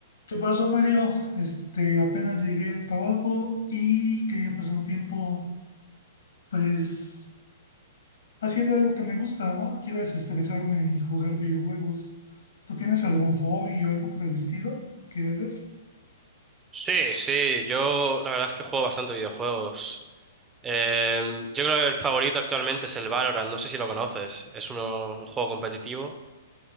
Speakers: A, on the left (about 75°); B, on the right (about 15°).
A: ¿Qué pasó, Mario? Este, apenas llegué del trabajo y quería pasar un tiempo, pues, haciendo algo que me gusta, ¿no? Quiero desestresarme y jugar videojuegos. ¿Tú tienes algún hobby o algo por el estilo que hagas?
B: Sí, sí, yo la verdad es que juego bastante videojuegos. Eh, yo creo que el favorito actualmente es el Valorant, no sé si lo conoces, es uno- un juego competitivo.